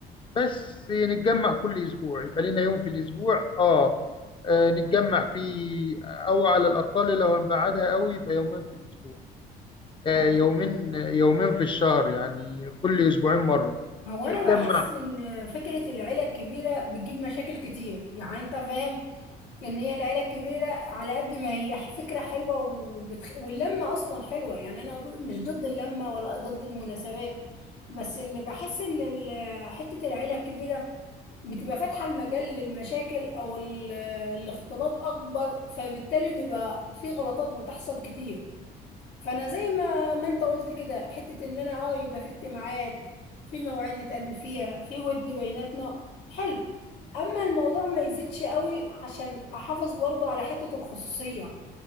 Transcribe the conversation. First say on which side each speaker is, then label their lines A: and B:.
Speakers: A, on the left; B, on the left.
A: بس نتجمع كل اسبوع يبقى لنا يوم في الاسبوع اه آه، نتجمع فيه او على الاقل لو هنبعدها قوي يبقى يومين في الاسبوع آه،
B: هو
A: يومين يومين في الشهر يعني كل اسبوعين مره
B: هو انا
A: نتجمع
B: بحس ان فكره العيله الكبيره بتجيب مشاكل كتير يعني انت فاهم ان هي العيله الكبيره على قد ما هي فكره حلوه وبتخ... واللمه اصلا حلوه يعني انا ضد... مش ضد اللمه ولا ضد المناسبات بس ان بحس ان ال- حته العيله الكبيره بتبقى فاتحه المجال للمشاكل او ال... الاختلاط اكبر فبالتالي بيبقى في غلطات بتحصل كتير فانا زي ما ما انت قلت كده حته ان انا اه يبقى في اجتماعات في مواعيد نتقابل فيها في ود بيناتنا حلو اما الموضوع ما يزيدش قوي عشان احافظ برضو على حته الخصوصيه